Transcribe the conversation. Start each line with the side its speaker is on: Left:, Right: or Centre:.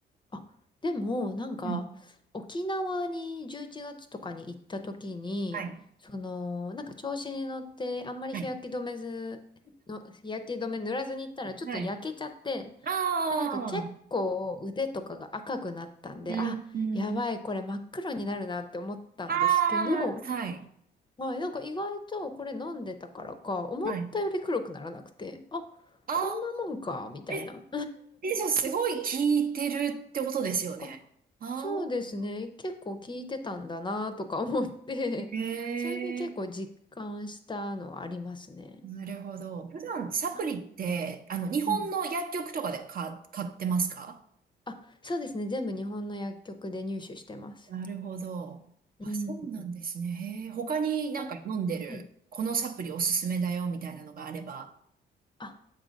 Left: あでも、なんか、
Right: うん。
Left: 沖縄に11月とかに行った時に、
Right: はい。
Left: その、なんか調子に乗って、あんまり日焼け止めず、
Right: はい。
Left: の、日焼け止め塗らずに行ったら、ちょっと焼けちゃって、
Right: はい。<laughs> ああ、
Left: で、なんか結構腕とかが赤くなったんで、
Right: うん、
Left: あ、
Right: うん。
Left: やばい、これ真っ黒になるなって思ったんですけど、
Right: ああ、はい。
Left: はい、なんか意外とこれ飲んでたからか、思ったより黒くならなくて、
Right: はい。
Left: あ、
Right: ああ、
Left: こんなもんか、みたいな。
Right: え、え、じゃあすごい聞いてるってことですよね。
Left: あ
Right: ああ、
Left: そうですね。結構聞いてたんだなとか思って、
Right: へ
Left: <laughs> それで結構実感したのはありますね。
Right: え、なるほど。普段サプリって、
Left: あ、
Right: あの、日本の薬局とかで買、
Left: うん。
Right: 買ってますか
Left: あ、そうですね。全部日本の薬局で入手してます。
Right: なるほど。
Left: うん。
Right: あ、そうなんですね。へえ、他になんか飲んでる、
Left: あ、はい。
Right: このサプリおすすめだよみたいなのがあれば。
Left: あ、